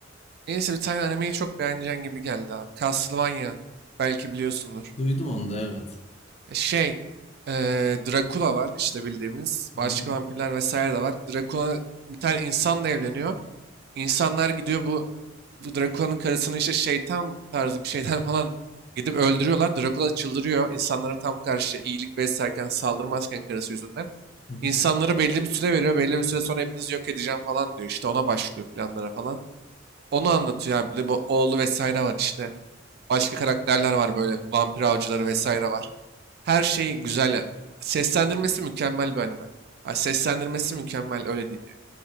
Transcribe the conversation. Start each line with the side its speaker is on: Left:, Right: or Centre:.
Right: Neyse bir tane animeyi çok beğeneceğin gibi geldi abi. Castlevania. Belki biliyorsundur.
Left: Duydum onu da evet.
Right: E, Şey. eee Dracula var işte bildiğimiz. Başka
Left: Hı hı.
Right: vampirler vesaire de var. Dracula bir tane insanla evleniyor. İnsanlar gidiyor bu, bu Drakula'nın karısını işte şeytan tarzı bir şeyden <laughs> falan gidip öldürüyorlar. Drakula çıldırıyor. İnsanlara tam karşı iyilik beslerken saldırmazken karısı yüzünden.
Left: Hı hı.
Right: İnsanlara belli bir süre veriyor. Belli bir süre sonra hepinizi yok edeceğim falan diyor. İşte ona başlıyor planlara falan. Onu anlatıyor abi. Bir de bu oğlu vesaire var işte. Başka karakterler var böyle vampir avcıları vesaire var. Her şey güzel. ya. Seslendirmesi mükemmel bir anime. Ha, Seslendirmesi mükemmel öyle diyeyim yani.